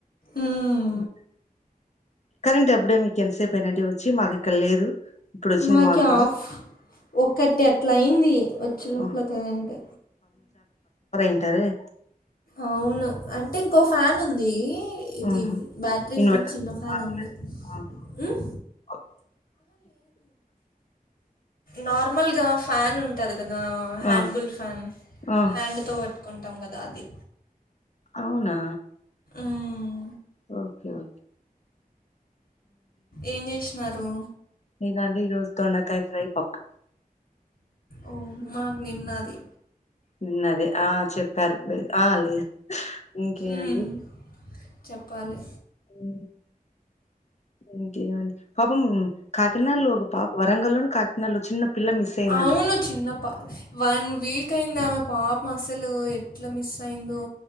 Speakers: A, on the left; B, on the left.
A: మ్మ్
B: బఓ కరెంట్ అప్పుడే మీకు ఎంతసేపుయినండి వచ్చి మాకు ఇక్కడ లేదు ఇప్పుడు వచ్చింది
A: మాకి
B: మాకు కూడా
A: ఆఫ్ ఒకటి అట్లా అయింది చూప్లకెయండి
B: ఆ, ఉంటర్ గా
A: అవును అంటే ఇంకో ఫ్యాన్ ఉంది ఇది
B: ఆహా
A: బ్యాటరీ
B: ఇన్వర్టర్
A: ఫ్యాన్ చిన్న ఫ్యాన్
B: ఆ
A: ఉంది
B: ఆహా,
A: ఉమ్
B: ఓకే.
A: నార్మల్గా ఫ్యాన్ ఉంటది కదా హ్యాండ్బుల్
B: ఆ
A: ఫ్యాన్
B: ఆ,
A: హ్యాండ్తో పట్టు కొంటాం కదా అది
B: అవునా
A: మ్మ్.
B: ఓకేఓ
A: ఏం చేసినారు?
B: నేనండి ఈరోజు దొండకాయ ఫ్రై, పప్పు
A: ఓ మాకు నిన్నది
B: నిన్నదే ఆ చెప్పారు వె ఆ లేదు ఇంకేమండి
A: మ్మ్. చెప్పాలి
B: ఉ ఇంకేం అండి పాపం కాకినాడలో ఒక పాప వరంగల్ల్లోని కాకినాడలో చిన్న పిల్ల మిస్ అయిందంట
A: అవును చిన్నప్ప వన్ వీక్ అయింది ఆమె పాప అసలు ఎట్లా మిస్ అయిందో